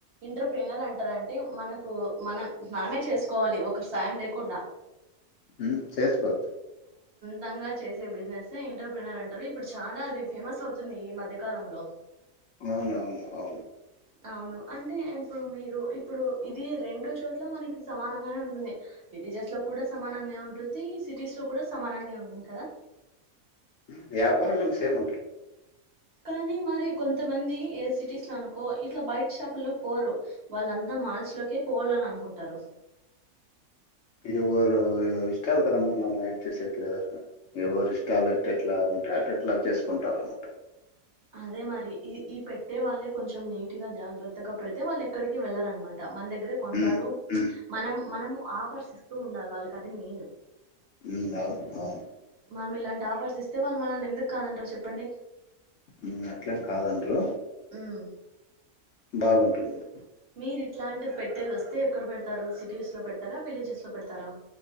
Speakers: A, on the right; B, on the left.
A: ఇంటర్ పెనర్ అంటారంటే మనకు మనం మనమే చేసుకోవాలి ఒక సాయం లేకుండా
B: హ్మ్ చేసుకోచ్చు
A: దంగా చేసే బిజినెస్ ఇంటర్ప్రినర్ అంటారు ఇప్పుడు చాలా అది ఫేమస్ అవుతుంది ఈ మధ్య కాలంలో
B: అవునవును అవును
A: అవును అంటే ఇప్పుడు మీరు ఇప్పుడు ఇది రెండు చోట్ల మనకి సమానంగానే ఉంటుంది విలేజెస్ లో కూడా సమానంగే ఉంటుంది సిటీస్ లో కూడా సమానంగే ఉంటుంది కదా
B: హ్మ్ వ్యాపారలేమి సేమ్ ఉంటాయ్
A: కానీ మరి కొంతమంది ఏ సిటీస్ లో అనుకో ఇట్లా బయట షాపు లోకి పోరు వాళ్ళంతా మాల్స్ లోకే పోవల్లని అనుకుంటారు
B: ఎవరు ఇష్టాల్ కదా మ మనం ఏం చేసేకి లేదు అట్ల ఎవరి ఇష్టాలు ఎట్లెట్ల ఉంటే అట అట్లా చేసుకుంటారన్నమాట
A: అదే మరి ఈ ఈ పెట్టే వాళ్ళే కొంచెం నీట్ గా జాగ్రత్తగా పెడితే వాళ్ళు ఎక్కడికి వెళ్లరనమాట మన దగ్గరే కొంటారు
B: హ్మ్. హ్మ్.
A: మనం మనము ఆకర్షిస్తూ ఉండాలి వాళ్ళకి అది మెయిన్
B: హ్మ్ అవును అవును
A: మనం ఇలాంటి ఆఫర్స్ ఇస్తే వాళ్ళు మనల్ని ఎందుకు కాదంటారు చెప్పండి
B: హ్మ్ అట్లేం కాదండ్రు
A: హ్మ్
B: బాగుంటుంది
A: మీరు ఇట్లాంటివి పెట్టేది వస్తే ఎక్కడ పెడతారు సిటీస్ లో పెడతారా విలేజెస్ లో పెడతారా